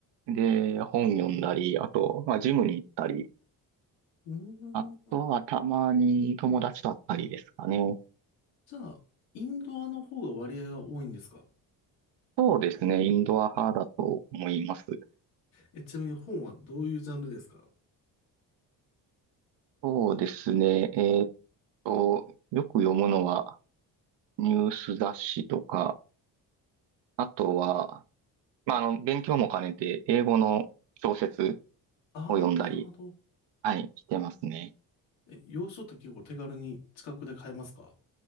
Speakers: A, on the right; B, on the left.
A: で、本読んだり、あと、まあ、ジムに行ったり、
B: うーん。
A: あとはたまに友達と会ったりですかね。
B: じゃあ、インドアの方が割合が多いんですか
A: そうですね。インドア派だと思います。
B: え、ちなみに本はどういうジャンルですか
A: そうですね。えーっと、よく読むのは、ニュース雑誌とか、あとは、まあ、あの、勉強も兼ねて、英語の小説
B: ああー、
A: を読んだり、
B: なるほど。
A: はい、してますね。
B: え、洋書って結構手軽に近くで買えますか